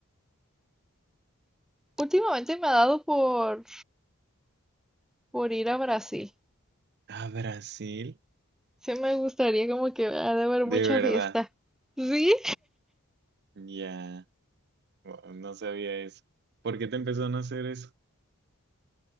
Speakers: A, in the centre; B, on the right.
A: Últimamente me ha dado por, por ir a Brasil.
B: ¿A Brasil?
A: Sí, me gustaría como que ha de haber
B: De
A: mucha
B: verdad.
A: fiesta. ¿Sí?
B: Ya. Wow, no sabía eso. ¿Por qué te empezó a hacer eso?